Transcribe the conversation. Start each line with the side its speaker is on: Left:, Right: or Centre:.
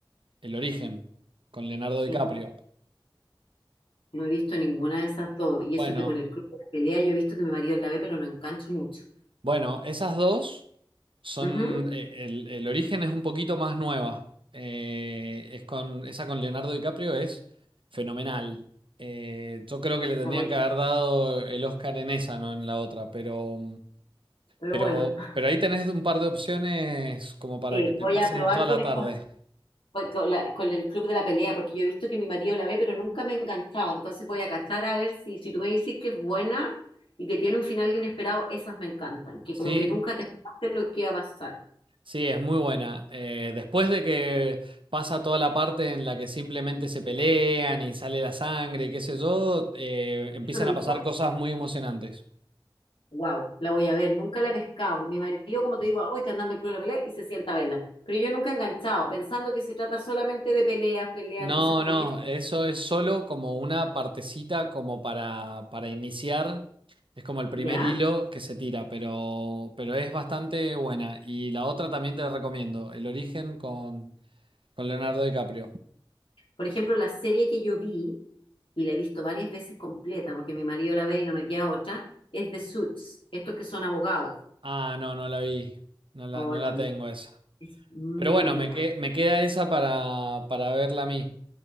Right: El origen, con Leonardo DiCaprio.
Left: In- No he visto ninguna de esas dos. Y
Right: Bueno,
Left: eso que por el club de la pelea yo he visto que mi marido la ve, pero no engancho mucho.
Right: bueno, esas dos son,
Left: Ujú,
Right: eh, el, el origen es un poquito más nueva. Eh, es con, esa con Leonardo DiCaprio es fenomenal. Eh, yo creo que le tendrían
Left: la voy
Right: que haber
Left: a-
Right: dado el Oscar en esa, no en la otra, pero,
Left: Pero
Right: pero,
Left: bueno, <laughs>
Right: pero ahí tenés un par de opciones como para
Left: sí,
Right: que te
Left: voy
Right: pases
Left: a probar
Right: toda la
Left: con esta.
Right: tarde.
Left: Pues Con, la- con el club de la pelea, porque yo he visto que mi marido la ve, pero nunca me he enganchado. Entonces voy a cachar a ver si, si tú me dices que es buena y que tiene un final inesperado, esas me encantan, que
Right: Sí,
Left: como que nunca te esperaste lo que iba a pasar.
Right: Sí, es muy buena. Eh, después de que pasa toda la parte en la que simplemente se pelean y sale la sangre y qué sé yo, eh, empiezan
Left: ¿Eso lo he
Right: a
Left: visto?
Right: pasar cosas muy emocionantes.
Left: Wow, la voy a ver, nunca la he pescado. Mi marido, como te digo, hoy está andando el club de la pelea y se sienta a verla. Pero yo nunca he enganchado, pensando que se trata solamente de peleas, peleas,
Right: No,
Left: entonces como
Right: no,
Left: que...
Right: eso es solo como una partecita como para, para iniciar. Es como el primer
Left: ¿Ya?
Right: hilo que se tira, pero, pero es bastante buena. Y la otra también te la recomiendo, El origen con, con Leonardo DiCaprio.
Left: Por ejemplo, la serie que yo vi, y la he visto varias veces completa, porque mi marido la ve y no me queda otra, es The Suits, estos que son abogados.
Right: Ah, no, no la vi. No la,
Left: Ay,
Right: no la
Left: bonito.
Right: tengo esa.
Left: Es muy,
Right: Pero bueno,
Left: muy
Right: me,
Left: buena.
Right: que- me queda esa para, para verla a mí.